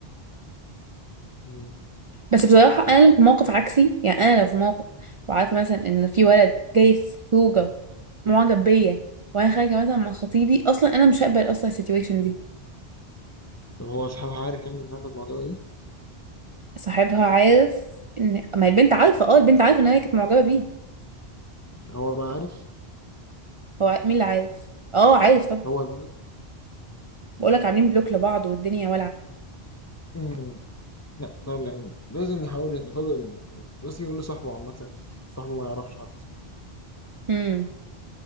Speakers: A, on the left; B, on the right.
A: مم.
B: بس بصراحة
A: لا
B: انا لو في موقف عكسي يعني انا لو في موقف وعارفة مثلا ان في ولد جاي في خروجة معجب بيا وانا خارجة مثلا مع خطيبي اصلا انا مش هقبل اصلا السيتويشن دي
A: طب هو أصحابها عارف يعني إنها كانت معجبة بيه
B: صاحبها عارف ان ما هي البنت عارفة اه البنت عارفة ان هي كانت معجبة بيه
A: هو بقى عارف
B: هو ع- مين اللي عارف اه عارف طب
A: هو الولد
B: بقولك عاملين بلوك لبعض والدنيا
A: مم. لا طبعا يعني لازم يحاول يتفادى الموضوع لازم يقول لصاحبه عامة صاحبه ما يعرفش حتى
B: والعة